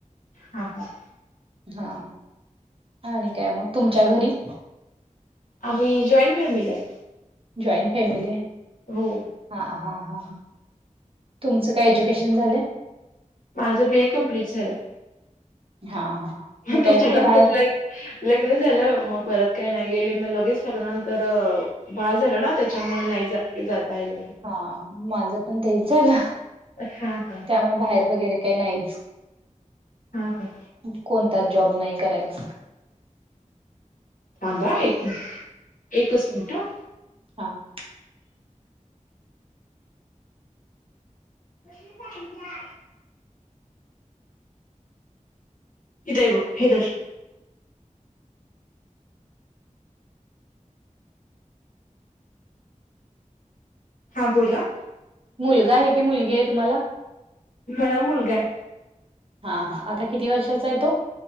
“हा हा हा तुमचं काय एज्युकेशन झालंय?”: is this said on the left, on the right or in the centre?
Right